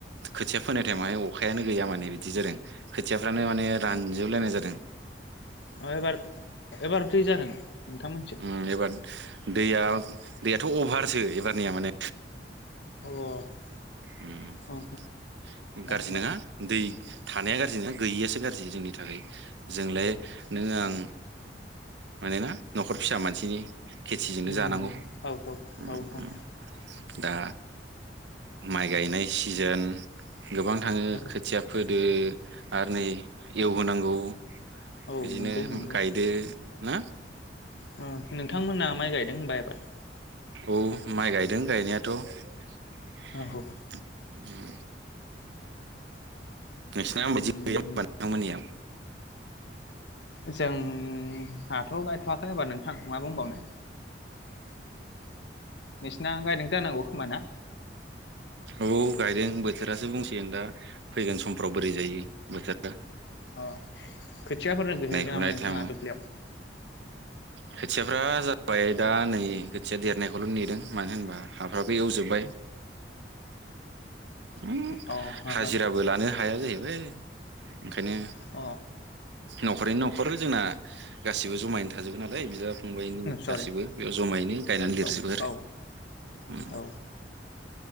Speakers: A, on the right (about 75°); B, on the left (about 70°).
A: खोथिया फोनाय टाइमावहाय अखायानो गैया माने बिदि जादों खोथियाफ्रानो म रानजोबलायनाय जादों।
B: अ एबार एबार दै जादों? खथाम मोनसै
A: उम एबार दैया दैयाथ' अभारसो एबारनिया माने
B: औ
A: उम्म
B: औ ना
A: गाज्रि
B: होमबा
A: नङा दै थानाया गाज्रि ना गैयियासो गाज्रि जोंनि थाखाय जोंलाय नों आं मानोना न'खर फिसा मानसिनि खेथिजोंनो
B: उम
A: जानांगौ
B: औ औ
A: उम्म
B: औ उम
A: दा माइ गायनाय सिजोन गोबां थाङो
B: औ
A: खोथिया फोदो आरो नै एवहोनांगौ
B: औ
A: बिदिनो
B: नंगौ नंगौ
A: गायदो ना
B: उम्म नोंथांमोना माइ गायदों होनबा एबार?
A: औ माइ गायदों गायनायाथ'। उम्म
B: औ
A: नोंसिना आंबो
B: उम
A: जि मोननि आ नोंथांमोननिआव।
B: जों आंहाथ' गायथ'वाखै एबा नोंथां मा बुंबावनो। नोंसिना गायदों जानांगौ खोमाना।
A: औ गायदों बोथोरासो बुंसिगोन दा फैगोन समफ्राव बोरै जायो। बोथोरा।
B: औ। खोथियाफोर <unintelligible> नामा
A: हुनाय
B: नोंथाङा
A: टाइमाव
B: दुब्लियाव।
A: खोथियाफ्रा जाबाय दा नै खोथिया देरनायखौल' नेदों मानो होनबा हाफ्राबो एवजोब्बाय। उम
B: अ हो
A: हाजिराबो लानो हाया जाहैबाय। बै। ओंखायनो।
B: हो अ
A: न'खरैनो न'खर जोंना गासिबो जमायनो थाजोबो नालाय बिदा फंबायनि
B: सरि
A: गासिबो बेयाव जमायैनो गायनानै
B: औ
A: देरजोबो आरो
B: औ
A: उम।
B: औ